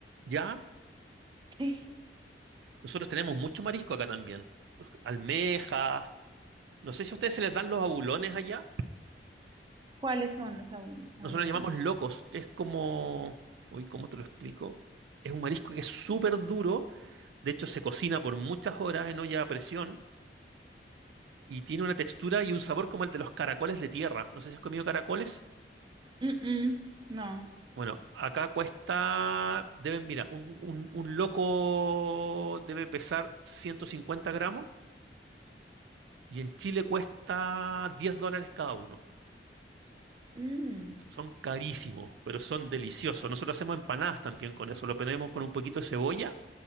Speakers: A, on the right; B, on the right.
A: Ya,
B: <laughs> Sí.
A: nosotros tenemos mucho marisco acá también. Almejas. No sé si a ustedes se les dan los abulones allá.
B: ¿Cuáles son los abu- abulones?
A: Nosotros los llamamos locos. Es como... Uy, ¿cómo te lo explico? Es un marisco que es súper duro. De hecho, se cocina por muchas horas en olla a presión y tiene una textura y un sabor como el de los caracoles de tierra. No sé si has comido caracoles.
B: Mm, mm, no.
A: Bueno, acá cuesta, deben, mira, un, un- un loco debe pesar 150 gramos y en Chile cuesta 10 dólares cada uno.
B: Mm,
A: Son carísimos, pero son deliciosos. Nosotros hacemos empanadas también con eso. Lo ponemos con un poquito de cebolla